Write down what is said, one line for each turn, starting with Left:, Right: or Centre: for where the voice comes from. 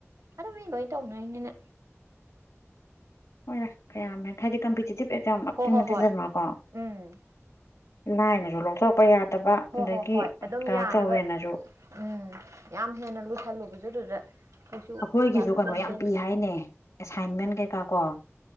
Right: ꯑꯗꯨ ꯃꯤ ꯂꯣꯏꯅ ꯇꯧꯅꯔꯤꯅꯤꯅ
Left: ꯍꯣꯏ ꯌꯥ ꯀꯌꯥꯝꯃꯦ ꯍꯥꯏꯗꯤ ꯀꯝꯄꯤꯇꯤꯇꯤꯞ ꯑꯦꯛꯖꯥꯝꯇꯤ
Right: ꯍꯣ ꯍꯣ
Left: ꯅꯠꯇꯦꯗꯅꯀꯣ
Right: ꯍꯣꯏ ꯎꯝ
Left: ꯂꯥꯏꯅꯁꯨ ꯂꯧꯊꯣꯛꯄ ꯌꯥꯗꯕ
Right: ꯍꯣ
Left: ꯑꯗꯒꯤ
Right: ꯍꯣ ꯍꯣꯏ ꯑꯗꯨꯝ
Left: ꯀꯩꯅꯣ
Right: ꯌꯥꯅꯕ
Left: ꯇꯧꯋꯦꯅꯁꯨ
Right: ꯎꯝ ꯌꯥꯝ ꯍꯦꯟꯅ ꯂꯣꯏꯁꯜꯂꯨꯕꯖ ꯑꯗꯨꯗ ꯀꯩꯁꯨ
Left: ꯑꯩꯈꯣꯏꯒꯤꯁꯨ
Right: ꯀꯥꯟꯅꯄꯣꯟꯇꯦ
Left: ꯀꯩꯅꯣ ꯌꯥꯝ ꯄꯤ ꯍꯥꯏꯅꯦ ꯑꯦꯁꯥꯏꯟꯃꯦꯟ ꯀꯩꯀꯥ ꯀꯣ